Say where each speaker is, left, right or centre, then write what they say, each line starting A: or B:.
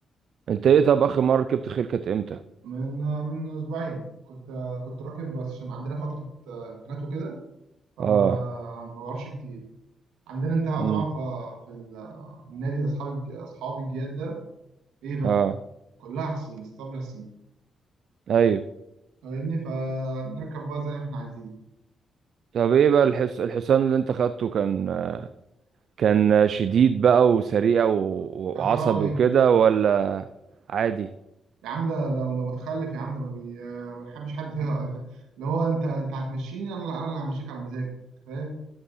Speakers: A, on the right; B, on the right.
A: انت ايه طب اخر مره ركبت خيل كانت امتى
B: من من اسبوعين كنت كنت راكب بس عشان عندنا فتره امتحانات وكده فما
A: اه
B: ب- ما بعرفش كتير عندنا انت طبعا
A: امم
B: ف- في النادي اصحاب الج- اصحاب الجياد ده ايه بقى
A: اه
B: كلها حصين اسطبل حصين
A: ايوه
B: فاهمني فنركب بقى زي ما احنا عايزين
A: طب ايه بقى الحس... الحصان اللي انت خدته كان كان شديد بقى وسريع و-
B: يا
A: وعصبي
B: خرابي
A: وكده ولا عادي
B: يا عم ده ده ده متخلف يا عم ده ما بي- ما بيحبش حد <laughs> يه- اللي هو انت انت هتمشيني انا انا اللي همشيك على مزاجي انت فاهم